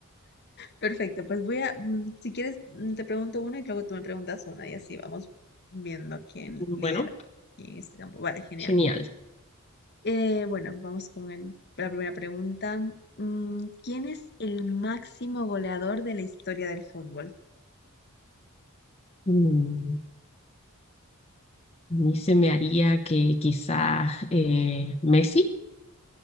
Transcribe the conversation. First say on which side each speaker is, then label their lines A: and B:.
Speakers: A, on the left; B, on the left.
A: Perfecto, pues voy a, mm, si quieres, mm, te pregunto una y luego tú me preguntas una y así vamos viendo quién
B: Bueno,
A: lidera aquí en este campo. Vale, genial.
B: genial.
A: Eh, bueno, vamos con el- la primera pregunta. Mm, ¿Quién es el máximo goleador de la historia del fútbol?
B: Mm, a mí se me haría que quizás eh, Messi.